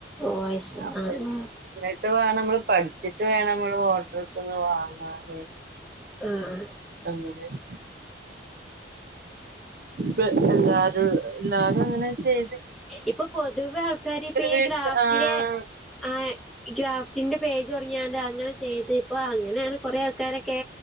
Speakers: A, in the centre; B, on the right.
A: ഓ അത് ശരി
B: അപ്പങ്ങട്ട്
A: ആഹ്
B: വേണം നമ്മള് പഠിച്ചിട്ട് വേണം ഓർഡർ ഒക്കെ ഒന്ന് വാങ്ങാൻ
A: ആഹ്
B: അങ്ങനെ <inaudible> ഇപ്പം എല്ലാ ല്ലാരും അങ്ങനെ ചെയ്
A: ഇപ്പൊ പൊതുവെ ആൾക്കാര് ഇപ്പ ഈ
B: വീട്ടില്
A: ഗ്രാഫ്റ്റിന്റെ
B: ആഹ്
A: ആ ഗ്രാഫ്റ്റിന്റെ പേജ് തുടങ്ങിയോണ്ട് അങ്ങനെ ചെയ്ത് അപ്പൊ അങ്ങനെയാണ് കൊറേ ആൾക്കാരൊക്കെ